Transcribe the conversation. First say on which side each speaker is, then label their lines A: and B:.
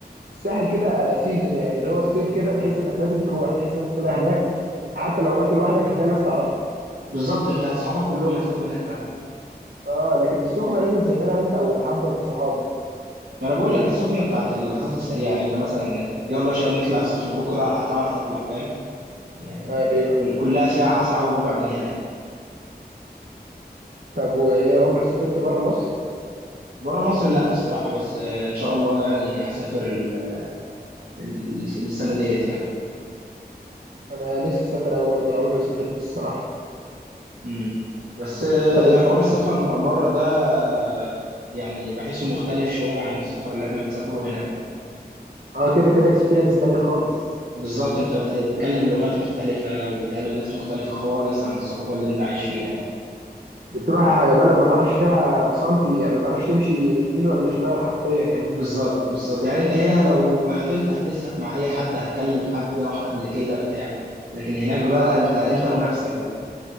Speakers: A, on the right (about 65°); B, on the right (about 85°).
A: الساحل كده سيزون يعني اللي هو الصيف كده تحس إنك لازم تروح تحس الناس كلها هناك أنت حتى لو رحت لوحدك هتلاقي ناس تعرفها
B: بالظبط انت اصحابك كلهم هتلاقيهم هناك فعلا
A: أه لكن السخنة لازم تسافرها أنت وحبة من صحابك
B: ما انا بقول لك السخنه بتاعت اللحظات السريعه يعني انت مثلا يلا يا شباب نطلع السخنه بكره هتعرف تطلع فاهم يعني
A: أيوه
B: كل
A: أيوه
B: كلها ساعه ساعه وربع من هنا يعني
A: طب وإيه عمرك سافرت بره مصر؟
B: بره مصر لا الصراحه بس آه، ان شاء الله يعني هسافر ال- ال- السنه ديت يعني
A: أنا نفسي أسافر أوي برضو أنا عمري ما سافرت الصراحة
B: امم بس آه،
A: طب إيه؟
B: حوار السفر بره ده آه، يعني بحسه مختلف شوية عن السفر اللي احنا بنسافره هنا
A: أه كده كده إكسبيرينس تانية خالص
B: بالظبط انت بتتكلم لغات مختلفة وبتقابل ناس مختلفة خالص عن الثقافة اللي انت عايش فيها
A: بتروح بلد ما تعرفش فيها سنتي يعني ما تعرفش تمشي يمين ولا شمال حرفيا يعني
B: بالظبط بالظبط يعني انت هنا لو عطلت هتسلك مع اي حد هتكلم حد راح قبل كده بتاع لكن هناك
A: آه.
B: بقى انت انت ونفسك بقى